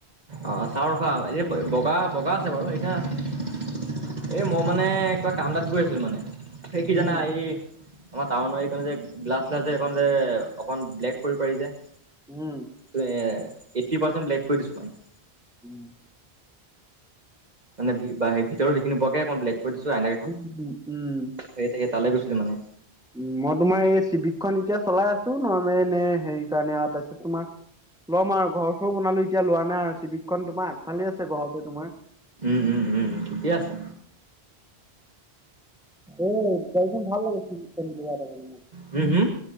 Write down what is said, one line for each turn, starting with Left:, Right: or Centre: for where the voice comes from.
Right: অ চাওঁ ৰখা এই বগা বগা আছে বাৰু <unintelligible> এই মই মানে কিবা কাম এটাত গৈ আছিলোঁ মানে এই কি
Centre: উম
Right: জানা এই আমাৰ টাউনৰ এইফালে যে গ্লাছ চ্লাছ এইখন যে অকণ ব্লেক কৰি পাৰি যে
Centre: উম
Right: তোৱে এইট্ৰি পাৰ্চেন্ট ব্লেক কৰি দিছো মানে
Centre: ওম
Right: মানে ভি বা সেই ভিতৰত দেখি নোপোৱাকে অকন ব্লেক কৰি দিছো আইনা- কেইখন
Centre: ওম ও ওম
Right: সেই তাকে তালৈ গৈছিলো মানে
Centre: উ মই তোমাৰ এই শিৱিকখন এতিয়া চলাই আছো নৰ মে এনে হেৰি কাৰণে আৰু তাৰপিছত তোমাৰ ল'ম আৰু ঘৰ চও বনালো এতিয়া লোৱা নাই আৰু শিৱিকখন তোমাৰ আগফালে আছে ঘৰতে তোমাৰ
Right: উম উম উম ঠিকে আছে
Centre: এই গাড়ীখন ভাল লাগি- <unintelligible>
Right: হম হম